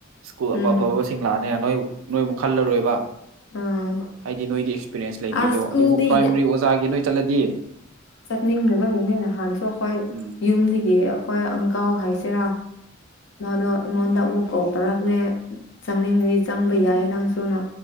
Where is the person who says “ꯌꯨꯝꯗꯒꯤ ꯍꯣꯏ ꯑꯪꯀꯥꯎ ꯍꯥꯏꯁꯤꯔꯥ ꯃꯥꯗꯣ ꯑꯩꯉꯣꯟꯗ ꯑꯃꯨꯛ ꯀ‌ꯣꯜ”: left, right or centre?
Left